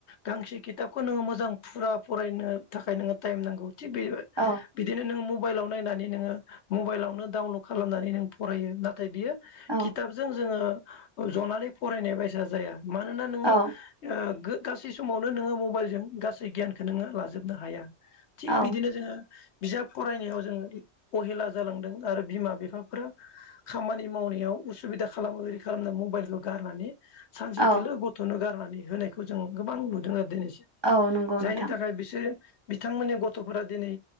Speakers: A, on the left; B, on the right.
A: गांसे खिथाबखौ नोङो मोजां फुरा फरायनो थाखाय नोङो टाइम नांगौ। थिग बे
B: औ
A: बिदिनो नों मबाइलाव नायनानै नोङो मबाइलावनो डाउनलड खालामनानै नों फरायो नाथाय बियो
B: औ
A: खिथाबजों जोङो जनानै फरायनाय बायसा जाया। मानोना नोङो
B: औ
A: ओ गो गासै समावनो नोङो मबाइलजों गासै गियानखौ नोङो लाजोबनो हाया। थिग
B: औ
A: बिदिनो जोङो बिजाब फरायनायाव जोङो अहेला जालांदों आरो बिमा बिफाफोरा खामानि मावनायाव उसुबिदा खालामो रि खालामनो मबाइलखौ गारनानै सानसेथोल'
B: औ
A: गथ'नो गार होनायखौ जों गोबां नुदों आरो दिनै
B: औ नंगौ
A: जायनि
B: नोंथां
A: थाखाय बिसोरो बिथांमोननि गथ'फोरा दिनै